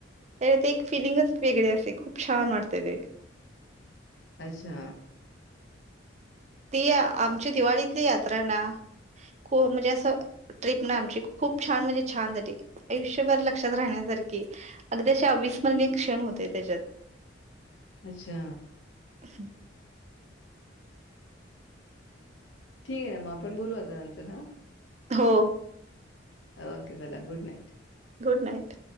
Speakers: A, on the right; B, on the left.
A: ते एक फीलिंगच वेगळी असते, खूप छान वाटतेय ते.
B: अच्छा.
A: ती आमची दिवाळीतली यात्रा ना, खो -म्हणजे असं ट्रिप ना आमची खूप छान म्हणजे छान झाली, अयुष्यभर लक्षात राहण्यासारखी. अगदी अविसर्मनीय क्षण होते त्याच्यात.
B: अच्छा,
A: <unintelligible>
B: ठीक आहे ना, म आपण बोलू आता नंतरन.
A: हो.
B: ओके चला गुड नाइट.
A: Good night.